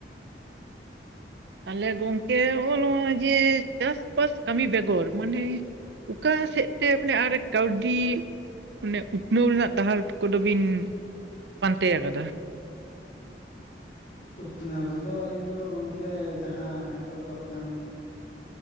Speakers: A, on the right; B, on the left.
A: ᱛᱟᱦᱚᱞᱮ ᱜᱚᱝᱠᱮ ᱦᱚᱜᱼᱚ ᱱᱚᱣᱟ ᱡᱮ ᱪᱟᱥᱵᱟᱥ ᱠᱟᱹᱢᱤ ᱵᱮᱜᱚᱨ ᱢᱟᱱᱮᱼᱼ ᱚᱠᱟ ᱥᱮᱫ ᱛᱮ ᱢᱟᱱᱮ ᱟᱨ ᱠᱟᱹᱣᱰᱤᱼᱼ ᱚᱱᱮ ᱩᱛᱱᱟᱹᱣ ᱨᱮᱱᱟᱜ ᱰᱟᱦᱟᱨ ᱠᱚᱫᱚ ᱵᱤᱱ ᱯᱟᱱᱛᱮ ᱟᱠᱟᱫᱟ᱾
B: ᱩᱛᱱᱟᱹᱣ ᱛᱮᱫᱚ ᱟᱞᱤᱧ ᱫᱚ ᱜᱚᱝᱠᱮ ᱡᱟᱦᱟᱸ ᱦᱮᱛᱚᱜ ᱫᱚ ᱦᱟᱜ ᱠᱷᱟᱱᱼᱼ